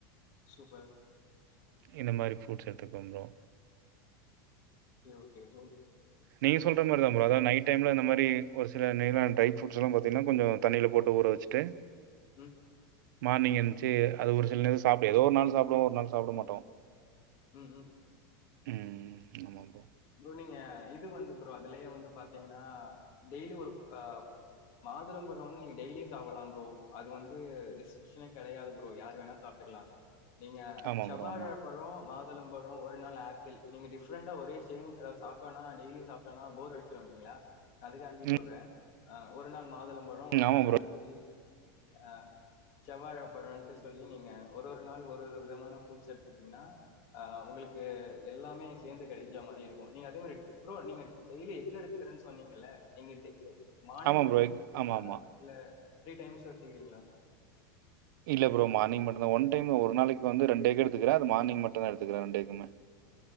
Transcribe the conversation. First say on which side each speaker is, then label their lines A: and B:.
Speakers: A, on the left; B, on the right.
A: சூப்பர்
B: இந்த மாதிரி ப்ரூட்ஸ் எடுத்துக்குவோம் ப்ரோ
A: ஓகே ஓகே ப்ரோ
B: நீங்க சொல்ற மாதிரி தான் ப்ரோ அதாவது நைட் டைம்ல இந்த மாதிரி ஒரு சில நேரான ட்ரை ஃப்ரூட்ஸ் எல்லாம் பார்த்தீங்கன்னா கொஞ்சம் தண்ணில போட்டு ஊற வச்சிட்டு
A: ம்
B: மார்னிங் என்திருச்சு அது ஒரு சிலநேரம் சாப்பிட்டு ஏதோ ஒரு நாள் சாப்பிடுவோம் ஒரு நாள் சாப்பிட மாட்டோம்
A: உம் உம்
B: உஹம் ஆமா ப்ரோ
A: ப்ரோ நீங்க இது வந்து ப்ரோ அதுலயே வந்து பாத்தீங்கன்னா டெய்லி ஒரு ஆஹ் மாதுள பழம் வந்து நீங்க டெய்லியும் சாப்பிடலாம் ப்ரோ அது வந்து ரிசவஷனே கிடையாது ப்ரோ யார் வேணா சாப்பிட்டுக்கலாம் நீங்க
B: ஆமா
A: செவ்வாழ
B: ப்ரோ. ஆமா.
A: பழம் மாதுளம்பழம் ஒரு நாள் ஆப்பிள் நீங்க டிப்ரெண்டா ஒரே டெய்லி அதாவது சாப்டோனாடெய்லி அதாவது சாப்டோனா போர் அடிச்சா அதுக்காண்டி
B: ம்.
A: சொல்றேன் ஒரு நாள் மாதுளம் பழம் ஒரு
B: ஆமா
A: நாள்
B: ப்ரோ.
A: ஆப்பிள் அஹ் செவ்வழ பழம்ட்டு சொல்லி நீங்க ஒரு ஒரு நாள் ஒரு ஒரு விதமான ஃப்ரூட்ஸ் எத்துட்டீங்கன்னா அஹ் உங்களுக்கு எல்லாமே சேர்ந்து கிடைக்கும் அந்தமாதிரி இருக்கும் நீங்க அந்த மாதிரி ப்ரோ நீங்க டெய்லி எஃகு எடுத்துகிறனு சொன்னீங்களா நீங்க மார்னிங்
B: ஆமா
A: மட்டும்
B: ப்ரோ.
A: எடுத்துக்கிறீங்களா
B: ஆமா, ஆமா.
A: இல்ல த்ரீ டைம்ஸ் எடுத்துக்கிறீங்களா
B: இல்ல ப்ரோ மார்னிங் மட்டு்ம் தான் ஒன் டைம் ஒரு நாளைக்கு வந்து ரெண்டு எக்கு எடுத்துக்கிறேன் அது மார்னிங் மட்டும் தான் எடுத்துக்கிறேன் ரெண்டு எக்குமே